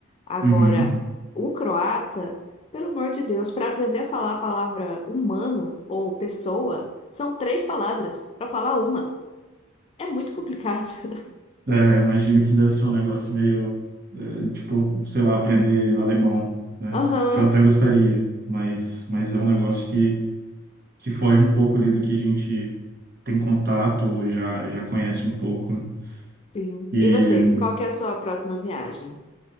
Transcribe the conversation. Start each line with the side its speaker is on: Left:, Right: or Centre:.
Left: Agora,
Right: uhum.
Left: o croata, pelo amor de Deus, para aprender a falar a palavra humano ou pessoa, são três palavras para falar uma. É muito complicado. <laughs>
Right: É, imagino que deve ser um negócio meio, é, tipo, sei lá, aprender alemão, né?
Left: Aham,
Right: Que eu até gostaria, mas, mas é um negócio que, que foge um pouco ali do que a gente tem contato ou já, já conhece um pouco. né?
Left: sim.
Right: E,
Left: E você, qual que é a sua próxima viagem?